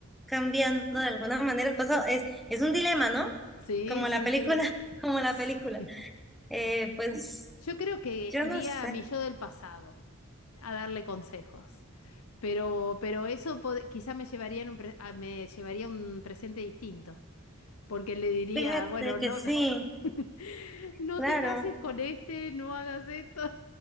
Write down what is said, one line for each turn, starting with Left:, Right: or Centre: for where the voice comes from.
Centre: cambiando de alguna manera el pasado. Es, es un dilema, ¿no?
Left: sí,
Centre: Como
Left: sí,
Centre: la película,
Left: sí.
Centre: <laughs> como la
Left: Sí.
Centre: película. Eh, pues
Left: <laughs> Yo creo que
Centre: yo
Left: iría
Centre: no sé.
Left: a mi yo del pasado a darle consejos. Pero, pero eso pod- quizá me llevaría en un pre- a- me llevaría un presente distinto, porque le diría,
Centre: Fíjate
Left: bueno, no,
Centre: que sí,
Left: <laughs> no
Centre: claro.
Left: te cases con este, no hagas esto.